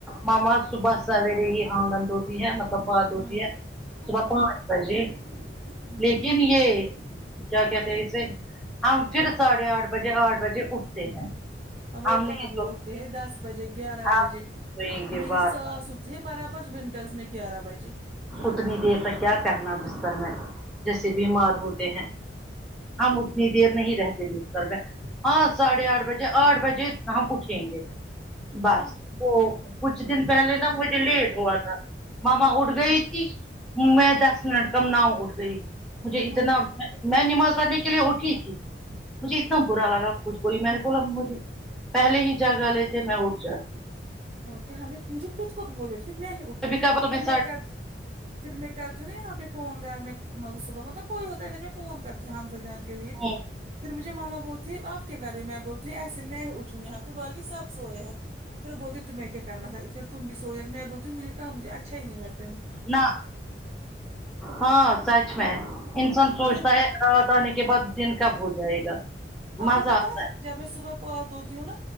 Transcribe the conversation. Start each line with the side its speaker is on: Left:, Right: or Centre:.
Centre: ماما صبح سویرے ہی آنگن دھوتی ہے مطلب بات ہوتی
Right: ہوں
Centre: ہے صبح
Right: ہوں
Centre: پانچ بجے
Right: ہوں
Centre: لیکن یے کیا کہتے ہیں اسے ہم پھر ساڑھے آٹھ بجے آٹھ بجے اٹھتے ہیں
Right: وہ
Centre: ہم نہیں
Right: کہاں وہ
Centre: سوتے
Right: اٹھتے ہے دس بجے گیارہ بجے
Centre: آپ سوئیں گے
Right: میری
Centre: بار
Right: ساس
Centre: بار
Right: تی ہے برابر ونٹرس میں گیارہ بجے
Centre: اتنی دیر تک کیا کرنا بستر میں جیسے بیمار ہوتے ہیں ہم اتنی دیر نہیں رہتے بستر میں ہاں ساڑھے آٹھ بجے آٹھ بجے ہم اٹھیں گے بس
Right: ہاں
Centre: وہ کچھ دن پہلے نہ مجھے لیٹ ہوا تھا ماما اٹھ
Right: اچھا
Centre: گئی میں دس منٹ کا ناؤ اٹھ گئی مجھے اتنا
Right: ہاں
Centre: میں نماز پڑھنے کے لیے اٹھی تھی مجھے اتنا برا لگا خود کوئی میں نے بولا مجھے پہلے ہی جگا لیے تھے میں اٹھ جاتی
Right: اور کیا ہمیں مجھے خود کو <unintelligible> میں اتی
Centre: کبھی
Right: پھر
Centre: کبھار ساڑھے
Right: میں کرتی ہوں پھر میں کرتی ہوں نا یہاں پے فون گھر میں صبح مطلب کوئی ہوتا ہے پھر میں فون کرتی ہو ہمسا جان کے لیے
Centre: ہے
Right: پھر مجھے ماما بولتی ہے آپ کے گھر میں بولتی ایسے میں اٹھوں یہاں پھر باقی سب سوئے ہیں پھر وہ بولتی تہمیں کیا کرنا تھا پھر تم بھی سو جاتی میں بولتی ہوں مجھے کہاں مجھے اچھا ہی نہیں لگا
Centre: نہ ہاں سچ ہیں انسان سوچھتا
Right: پھر
Centre: ہے رات آنے کے بعد دن کب ہو جائے گا
Right: آپ
Centre: مزہ
Right: کو پتہ
Centre: آتا
Right: ہے جب میں صبح پاتھ دھوتی ہوں نا